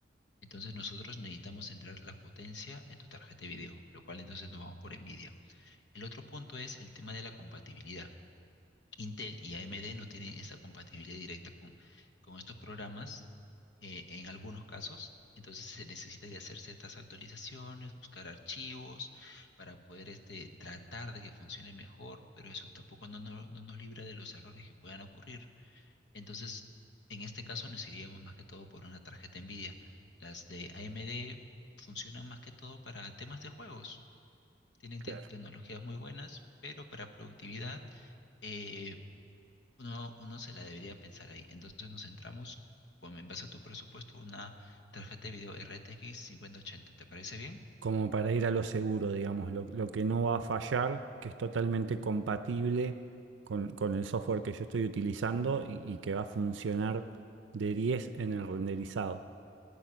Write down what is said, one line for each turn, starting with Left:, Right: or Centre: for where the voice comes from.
Left: Entonces nosotros necesitamos centrar la potencia en tu tarjeta de video, lo cual entonces nos vamos por Nvidia. El otro punto es el tema de la compatibilidad. Intel y AMD no tienen esa compatibilidad directa con, con estos programas eh, en algunos casos. Entonces se necesitaría hacer ciertas actualizaciones, buscar archivos para poder este, tratar de que funcione mejor, pero eso tampoco no, no- no nos libra de los errores que puedan ocurrir. Entonces, en este caso nos iríamos más que todo por una tarjeta NVIDIA. Las de AMD funcionan más que todo para temas de juegos. Tienen
Right: claro.
Left: te- tecnologías muy buenas, pero para productividad eh, uno, uno se la debería pensar ahí. Entonces nos centramos con, en base a tu presupuesto, una tarjeta de video RTX 5080. ¿Te parece bien?
Right: Como para ir a lo seguro, digamos, lo, lo que no va a fallar, que es totalmente compatible con, con el software que yo estoy utilizando y, y que va a funcionar de 10 en el renderizado.